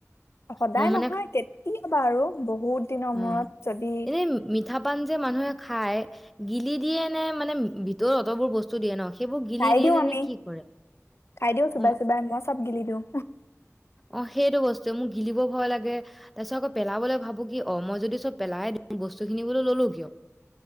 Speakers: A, on the left; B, in the centre.
A: সদায়
B: মই মানে
A: নহয় এনি <inaudible> ইবা আৰু বহুত। দিনৰ
B: উ'ম।
A: মূৰত যদি
B: এই মিঠা পান যে মানুহে খাই' গিলি দিয়ে নে' মানে ভিতৰত অতবোৰ ব স্তু দিয়ে ন' সেইবোৰ গিলি
A: খাই
B: দিয়ে
A: দিও
B: নে
A: আমি
B: নে কি কৰে?
A: খাই দিও চোবাই
B: অ'
A: চোবাই মই চব গিলি দিওঁ।
B: অ সেইটো বস্তুৱে মোক গিলিব ভয় লাগে, তাৰ পিছত আকৌ পেলাবলৈ ভাবো কি অ' মই যদি চব পেলাই দিওঁ বস্তু খিনি বোল ললো কিয়!